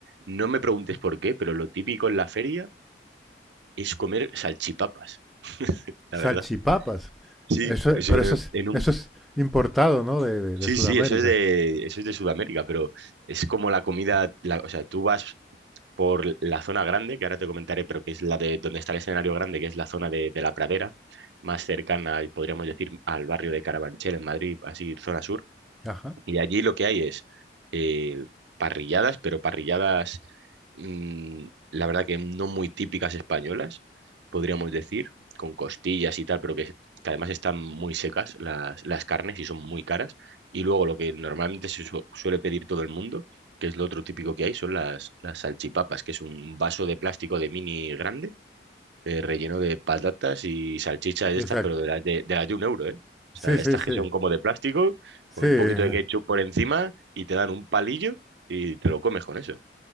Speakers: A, on the right; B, in the centre.
A: no me preguntes por qué, pero lo típico en la feria es comer salchipapas,
B: Salchipapas.
A: la verdad. Sí,
B: Eso,
A: eso
B: pero eso
A: en,
B: es,
A: en un...
B: eso es importado, ¿no? De, de-
A: Sí,
B: de Sudamérica.
A: sí, eso es de, eso es de Sudamérica, pero es como la comida, la- o sea, tú vas por la zona grande, que ahora te comentaré, pero que es la de donde está el escenario grande, que es la zona de, de la Pradera, más cercana, podríamos decir, al barrio de Carabanchel en Madrid, así, zona sur
B: Ajá.
A: Y allí lo que hay es eh, parrilladas, pero parrilladas, mm, la verdad que no muy típicas españolas, podríamos decir, con costillas y tal, pero que, que además están muy secas las, las carnes y son muy caras. Y luego lo que normalmente se su- suele pedir todo el mundo, que es lo otro típico que hay, son las, las salchipapas, que es un vaso de plástico de mini grande eh, relleno de patatas y salchichas de
B: Exacto.
A: estas, pero de las de, de las de un euro, ¿eh? O sea,
B: Sí,
A: de
B: sí,
A: estas
B: sí.
A: que son como de plástico,
B: Sí,
A: con un poquito de ketchup
B: <laughs>
A: por encima y te dan un palillo y te lo comes con eso.